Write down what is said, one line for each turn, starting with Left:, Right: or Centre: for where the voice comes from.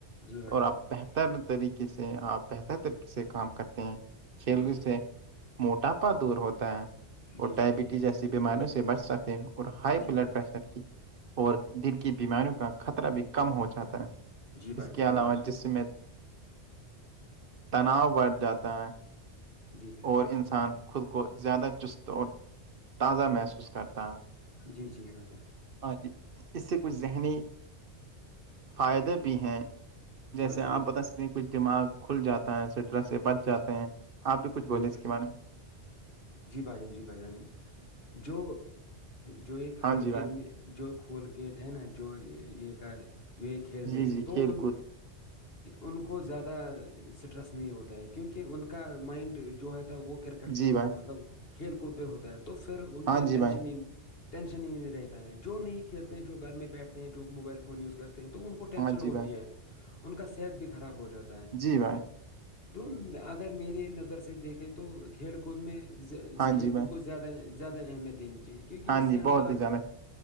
Left: جی بھائی
Right: اور
Left: جان
Right: آپ بہتر طریقے سے آپ بہتر طریقے سے کام کرتے ہیں کھیل
Left: جی جی
Right: سے موٹاپا دور ہوتا ہے اور
Left: جی جی
Right: ڈائبٹیز
Left: جی
Right: جیسی بیماریوں سے بچ ساتے ہیں اور ہائی
Left: جی
Right: بلڈ
Left: بھائی
Right: پریشر کی اور دل کی بیماریوں کا خطرہ بھی کم ہو جاتا ہے
Left: جی بھائی
Right: اس کے
Left: جان جی
Right: علاوہ
Left: بھائی جان
Right: جس میں تناؤ بڑھ جاتا ہے
Left: جی جی
Right: اور انسان خود کو زیادہ چست اور تازہ محسوس کرتا ہے
Left: جی جی بھ جا
Right: اور اس سے کچھ ذہنی فائدے بھی ہیں جیسے
Left: اور
Right: آپ
Left: جی بھائی
Right: بتا
Left: جان
Right: سکتے ہیں کچھ دماغ کھل جاتا ہے سٹرس سے بچ جاتے ہیں آپ بھی کچھ بولے
Left: جی
Right: اس
Left: بھائی،
Right: کے بارے میں
Left: جی بھائی جان جی بھائی جان جو جو یہ کول
Right: ہاں جی
Left: کے
Right: بھائی
Left: میں جو کول کے تھ نا جو یہ کا جو یہ کھیلتے
Right: جی
Left: ہیں
Right: جی
Left: تو
Right: کھیل
Left: ان
Right: کود
Left: ان کو زیادہ اسٹریس نہیں ہوتا ہے کیونکہ ان کا مائنڈ جو ہےتا وہ کر
Right: جی
Left: ہو
Right: بھائی
Left: مطلب کھیل کود پہ ہوتا ہے تو پھر ان
Right: ہاں
Left: پہ
Right: جی
Left: ٹینشن
Right: بھائی
Left: ہی نہیں ٹینشن ہی نہیں رہتا ہے جو نہیں کھیلتے ہیں جو گھر میں بیٹھتے ہیں جو موبائل فون یوز کرتے تو ان کو ٹینشن
Right: ہاں جی
Left: ہوتی
Right: بھائی
Left: ہے ان کا صحت بھی خراب ہو جاتا ہے
Right: جی بھائی
Left: تو اگر میے نظر سے دیکھیں تو کھیل کود میں
Right: ہاں
Left: کھیل
Right: جی بھائی
Left: کود میں زیادہ زیادہ اہمیت دینی چاہیے کیونکہ
Right: ہاں
Left: اس سے
Right: جی
Left: ہمارا
Right: بہت ہی زیادہ